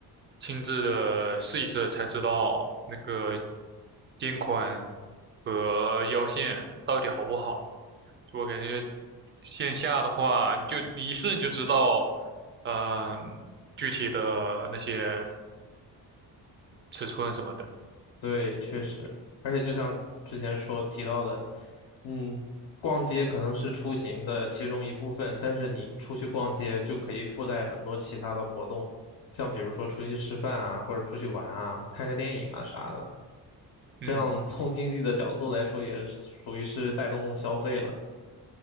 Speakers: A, on the right (about 25°); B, on the left (about 55°).
A: 亲自的试一试才知道那个肩宽。和腰线到底好不好。就我感觉线下的话，就你一试你就知道，嗯、具体的那些尺寸什么的。
B: 对，确实，而且就像之前说提到的，嗯，逛街可能是出行的其中一部分，但是你出去逛街就可以附带很多其他的活动，像比如说出去吃饭啊，或者出去玩啊，看个电影啊啥的，
A: 嗯
B: 这样从经济的角度来说，也属于是带动消费了，